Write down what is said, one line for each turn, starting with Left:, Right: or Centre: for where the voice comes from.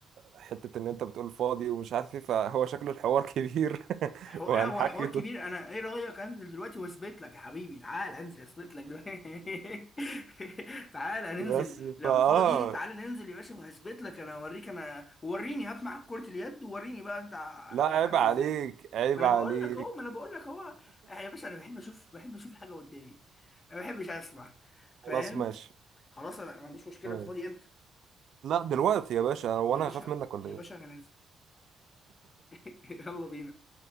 Right: حتة ان انت بتقول فاضي ومش عارف ايه فهو شكله الحوار كبير <laughs>
Left: حو...
Right: وهنحكي
Left: لا هو الحوار
Right: طول-
Left: كبير
Right: <laughs>
Left: انا ايه رايك انزل دلوقتي واثبت لك يا حبيبي تعال انزل اثبت لك دلوقتي <laughs> تعال ننزل
Right: بس فاه
Left: لو فاضي تعال ننزل يا باشا وهثبت لك انا اوريك انا وريني هات معاك كرة اليد ووريني بقى انت
Right: لا عيب
Left: محترف
Right: عليك
Left: ازاي
Right: عيب
Left: ما انا
Right: عليك
Left: بقول لك اهو ما
Right: <laughs>
Left: انا بقول لك اهو اه يا باشا انا بحب اشوف بحب اشوف حاجه قدامي ما بحبش اسمع فاهم
Right: خلاص ماشي
Left: خلاص انا ما عنديش مشكله
Right: ماشي
Left: انت فاضي امتى
Right: لا دلوقتي يا باشا هو
Left: يا
Right: انا
Left: باشا
Right: هخاف منك ولا
Left: يا
Right: ايه
Left: باشا انا نازل <laughs> يلا بينا